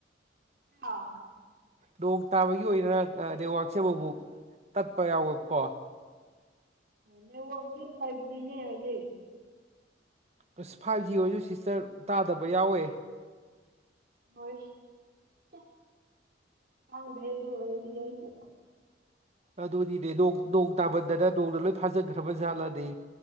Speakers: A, on the right; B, on the right.
A: ꯑꯥ
B: ꯅꯣꯡ ꯇꯥꯕꯒꯤ ꯑꯣꯏꯔ ꯑꯥ ꯅꯦꯠꯋꯥꯛꯁꯦ ꯑꯃꯨꯃꯨꯛ ꯇꯠꯄ ꯌꯥꯎꯋꯦꯕꯀꯣ
A: ꯅꯦꯠꯋꯥꯛꯗꯤ ꯐꯥꯏꯚ ꯖꯤꯅꯦ ꯍꯧꯖꯤꯛ
B: ꯑꯁ ꯐꯥꯏꯚ ꯖꯤ ꯑꯣꯏꯁꯨ ꯁꯤꯁꯇꯔ ꯇꯥꯗꯕ ꯌꯥꯎꯋꯦ
A: ꯕꯣꯏꯁ <unintelligible> ꯈꯪꯗꯦ ꯑꯗꯨ ꯑꯣꯏꯔꯗꯤ ꯑꯩꯁꯨ
B: ꯑꯗꯨꯅꯤꯅꯦ ꯅꯣꯡ ꯅꯣꯡ ꯇꯥꯃꯟꯗꯅ ꯅꯣꯡꯅ ꯂꯣꯏ ꯐꯥꯖꯤꯟꯈ꯭ꯔꯕ ꯖꯥꯠꯂꯅꯦ